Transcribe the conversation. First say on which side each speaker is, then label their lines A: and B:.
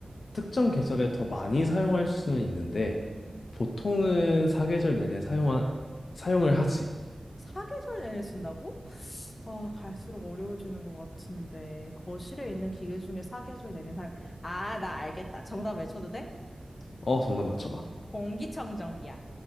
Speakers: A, on the left; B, on the left.
A: 특정 계절에 더 많이 사용할 수는 있는데 보통은 사계절 내내 사용하, 사용을 하지.
B: 사계절 내내 쓴다고? 아, 갈수록 어려워지는 것 같은데. 거실에 있는 기계 중에 사계절 내내 사 아, 나 알겠다. 정답 외쳐도 돼?
A: 어 정답 맞춰봐.
B: 공기청정기야.